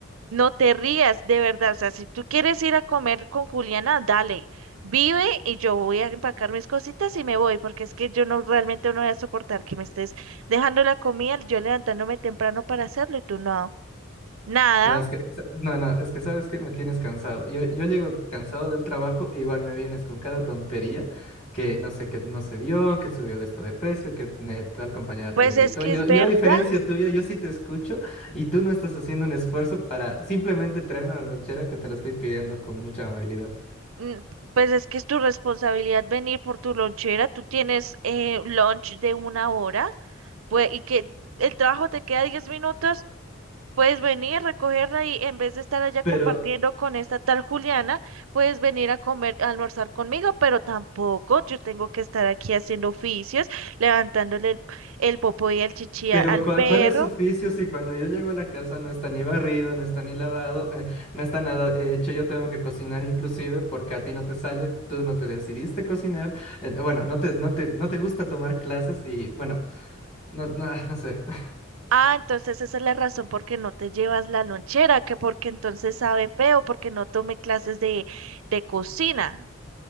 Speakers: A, on the right; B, on the left.
A: No te rías, de verdad. O sea, si tú quieres ir a comer con Juliana, dale. Vive y yo voy a empacar mis cositas y me voy, porque es que yo no realmente no voy a soportar que me estés dejando la comida, yo levantándome temprano para hacerlo y tú no. Nada,
B: No, es que, sa- no, no, es que sabes que me tienes cansado. Yo, yo llego cansado del trabajo, igual me vienes con cada tontería que no sé, que no se dio, que subió de esto de precio, que eh, tal compañera
A: pues
B: te gritó.
A: es que
B: Yo,
A: es
B: yo
A: verdad,
B: a diferencia tuya, yo sí te escucho y tú no estás haciendo un esfuerzo para simplemente traerme la lonchera que te lo estoy pidiendo con mucha amabilidad.
A: mm, pues es que es tu responsabilidad venir por tu lonchera, tú tienes eh, lunch de una hora, pues y que el trabajo te queda 10 minutos. Puedes venir, recogerla y en vez de estar allá
B: Pero
A: compartiendo con esta tal Juliana, puedes venir a comer, a almorzar conmigo, pero tampoco yo tengo que estar aquí haciendo oficios, levantándole el, el popo y el chichi
B: Pero
A: a- al
B: ¿cuál,
A: perro.
B: cuál es su oficio si cuando yo llego a la casa no está ni barrido, no está ni lavado, eh, no está nada eh, hecho? Yo tengo que cocinar inclusive porque a ti no te sale, tú no te decidiste cocinar, eh, bueno, no te, no te, no te gusta tomar clases y bueno, no, no, ah, no sé. <laughs>
A: Ah, entonces esa es la razón por qué no te llevas la lonchera, que porque entonces sabe feo, porque no tomé clases de, de cocina.